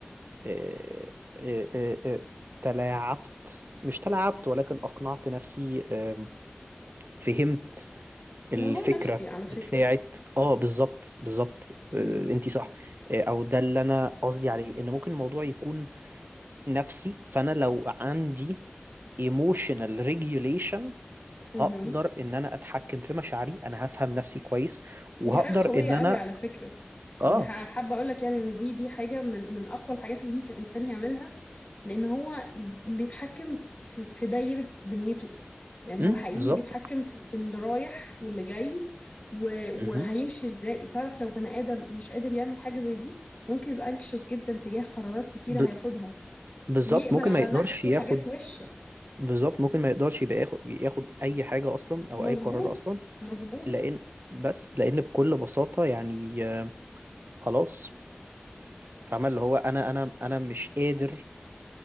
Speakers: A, on the right; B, on the left.
A: آه، آه، آه، آه، تلاعبت مش تلاعبت ولكن أقنعت نفسي آم، فهمت الفكرة
B: موضوع نفسي على
A: بتاعت
B: فكرة
A: اه بالظبط بالظبط انت
B: امم
A: صح آه، او ده اللي انا قصدي عليه ان ممكن الموضوع يكون نفسي فانا لو عندي emotional regulation
B: امم
A: هقدر ان انا اتحكم في مشاعري انا هفهم نفسي كويس وهقدر
B: دي حاجة قوية
A: ان
B: قوي
A: انا
B: على فكرة
A: اه
B: يعني دي ح- حابة اقول لك يعني ان دي دي حاجة من من اقوى الحاجات اللي ممكن الانسان يعملها لان هو بيتحكم في في دايرة دنيته يعني
A: امم
B: هو حقيقي
A: بالظبط
B: بيتحكم في في اللي رايح واللي جاي و-
A: مهم.
B: وهيمشي ازاي تعرف لو بني ادم مش قادر يعمل حاجة زي دي ممكن يبقى anxious جدا تجاه قرارات كتيرة
A: ب...
B: هياخدها
A: بالظبط
B: ويقبل
A: ممكن
B: على
A: ما يقدرش
B: نفسه
A: ياخد
B: حاجات وحشة
A: بالظبط ممكن ما يقدرش يبقى ياخد ياخد اي حاجة اصلا او
B: مظبوط
A: اي قرار اصلا
B: مظبوط
A: لان بس لان بكل بساطة يعني آه، خلاص فاهمة اللي هو انا انا انا مش قادر